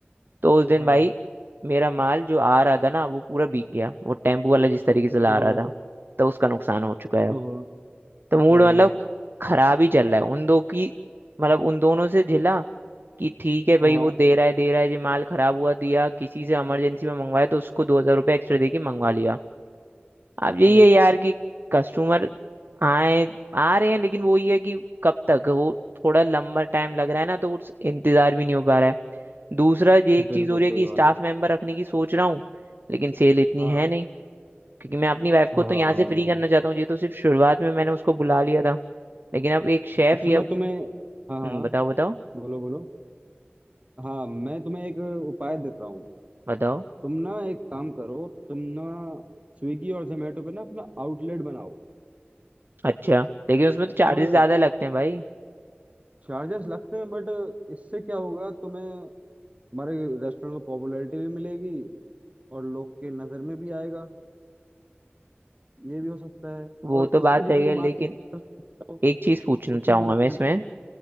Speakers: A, on the right; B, on the right.
A: तो उस दिन
B: हाँ
A: भाई मेरा माल जो आ रहा था ना वो पूरा भीग गया वो टेम्पू वाला जिस तरीके से ला
B: ओहो
A: रहा था तो उसका नुकसान हो चुका है
B: ओहो
A: अब तो मूड
B: अरे
A: मतलब खराब ही चल रहा है उन दो की मतलब उन दोनों से झिला कि ठीक है भाई
B: हाँ
A: वो
B: हाँ
A: दे रहा है दे रहा है जो माल खराब हुआ दिया किसी से इमरजेंसी में मंगवाया तो उसको दो हजार रुपये एक्स्ट्रा दे के मंगवा लिया अब यही
B: अरे
A: है यार कि कस्टमर आए आ रहे हैं लेकिन वो ये है कि कब तक वो थोड़ा लंबा टाइम लग रहा है ना तो उस इंतजार भी नहीं हो पा रहा है दूसरा ये एक
B: बिल्कुल
A: चीज हो रही है
B: सही
A: कि
B: बात
A: स्टाफ
B: है
A: मेंबर रखने की सोच रहा हूँ लेकिन सेल इतनी
B: हाँ
A: है नहीं क्योंकि मैं अपनी वाइफ को
B: हाँ
A: तो यहाँ से फ्री करना चाहता हूँ ये तो सिर्फ शुरुआत में मैंने उसको बुला लिया था लेकिन अब एक शेफ
B: अच्छा
A: या
B: मैं तुम्हें
A: हम्म,
B: हाँ हाँ हाँ।
A: बताओ बताओ
B: बोलो बोलो हाँ मैं तुम्हें एक उपाय देता हूँ
A: बताओ
B: तुम ना एक काम करो तुम ना स्विगी और जोमेटो पे ना अपना आउटलेट बनाओ
A: अच्छा लेकिन उसमें तो चार्जेस
B: समझ रहे
A: ज्यादा
B: हो
A: लगते हैं भाई
B: चार्जेस लगते हैं बट इससे क्या होगा तुम्हें हमारे रेस्टोरेंट को पॉपुलैरिटी भी मिलेगी और लोग के नज़र में भी आएगा ये भी हो सकता है
A: वो
B: और
A: तो बात
B: उसकी जितनी
A: सही है
B: मार्केट
A: लेकिन
B: कर सकते हो
A: एक चीज पूछना
B: उतनी
A: चाहूंगा
B: मार्केट
A: मैं इसमें